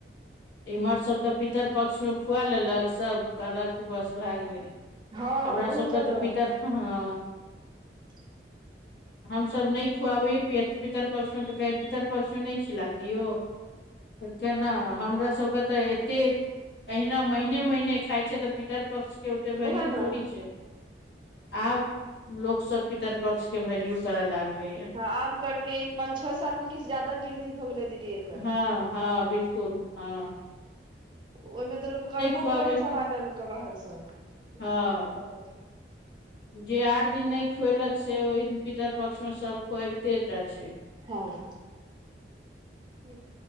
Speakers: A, on the left (about 75°); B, on the right (about 25°).
A: इम्हर सब तऽ पितर पक्ष मे खुआ लेलक सब कहलक। बस भै गेलय,
B: हँ
A: हमरा
B: बहुत
A: सबके
B: जगह
A: तऽ पितर हंअ।
B: <inaudible>
A: हमसभ नहि खुआबै पितर पक्ष में, तऽ कहै पितर पक्ष मे नहि खिलाती हो। केना हमरा सबके तऽ एतेक। अहिना महिने महिने खाय छै, तऽ पितर पक्ष के ओते वैल्यू
B: उएह ने
A: थोड़ी छय। आब लोक सब पितर पक्ष के वैल्यू करय लागले ये।
B: हँ आब कहलकै ई पाँच छह साल मे किछु जादा वृद्धि भ गेलै दीदी एक
A: हं-हं बिलकुल हं।
B: ओयमे तऽ लोक कर्मो
A: खुआबैके
B: करै छै, आब <unintelligible> के बाहरस, कथि में
A: हँ
B: पितरपक्ष में।
A: जे आठ दिन नहि खुयेलक से, ओहि दिन पितर पक्ष में सब खुआबिते टा छै।
B: हं। ठीक